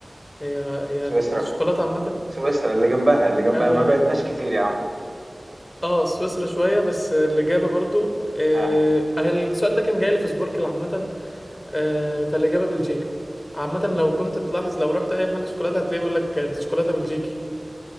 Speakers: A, on the left; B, on the right.
A: هي هي
B: سويسرا
A: الشوكولاتة عامة
B: سويسرا اللي جنبها اللي جنبها
A: اه
B: ما بعدناش كتير يا عم
A: آه، سويسرا شوية بس الإجابة برضو آه،
B: ها
A: آه، السؤال ده كان جاي لي في سبوركل عامة آه، فالإجابة بلجيكا عامة لو كنت تلاحظ لو رحت أي محل شوكولاتة هتلاقيه بيقول لك دي شوكولاتة بلجيكي